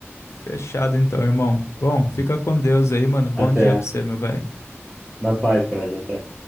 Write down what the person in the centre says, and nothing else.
Até
na paz, Fred. Até.